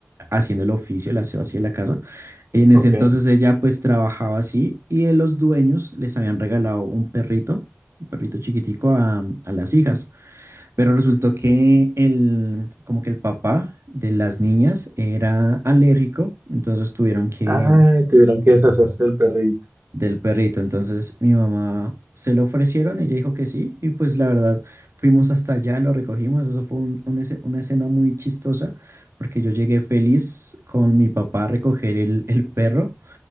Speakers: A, on the right (about 70°); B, on the right (about 55°).
A: haciendo el oficio, el aseo así de la casa. En ese
B: Ok.
A: entonces ella pues trabajaba así y eh, los dueños les habían regalado un perrito, un perrito chiquitico a a las hijas. Pero resultó que el, como que el papá de las niñas era alérgico, entonces tuvieron que
B: Ay, tuvieron que deshacerse del perrito.
A: del perrito. Entonces mi mamá se lo ofrecieron, ella dijo que sí, y pues la verdad fuimos hasta allá, lo recogimos. Eso fue un- una esce- una escena muy chistosa, porque yo llegué feliz con mi papá a recoger el, el perro,